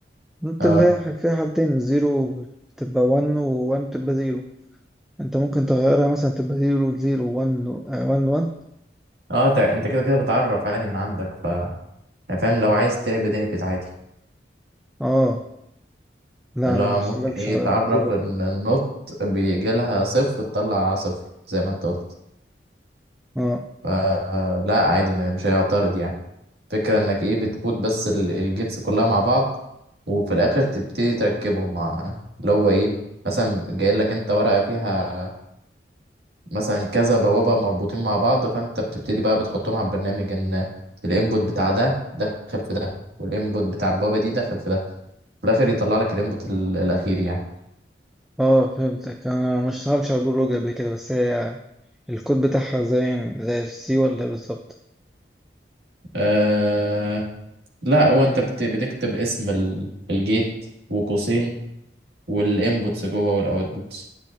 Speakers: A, in the centre; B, on the right (about 70°).
A: نوت
B: اه
A: اللي هي فيها حالتين الزيرو بتبقى 1 و1 بتبقى زيرو أنت ممكن تغيرها مثلا تبقى زيرو زيرو 1 1 1
B: اه تع- انت كده كده بتعرف عادي من عندك ف يعني فاهم لو عايز تهبد اهبد عادي
A: آه لا
B: اللي
A: أنا
B: هو
A: ما اشتغلتش
B: ممكن ايه
A: على
B: تعرف
A: البرودكت
B: ان النوت بيجي لها صفر تطلع صفر زي ما انت قلت
A: آه
B: فلا عادي ما- مش هيعترض يعني فكرة انك ايه بتكود بس ال- الجيتس كلها مع بعض وفي الاخر تبتدي تركبهم مع اللي هو ايه مثلا جاي لك انت ورقة فيها مثلا كذا بوابة مربوطين مع بعض فانت بتبتدي بقى بتحطهم على البرنامج ان الانبوت بتاع ده دخل في ده والانبوت بتاع البوابة دي دخل في ده في الاخر يطلع لك الانبوت ال- الاخير يعني
A: اه فهمتك انا ما اشتغلتش على البرولوج قبل كده بس هي الكود بتاعها زي يعني زي السي ولا إيه بالظبط
B: آه لا هو انت بت- بتكتب اسم ال- الجيت وقوسين والانبوتس جوه والاوتبوتس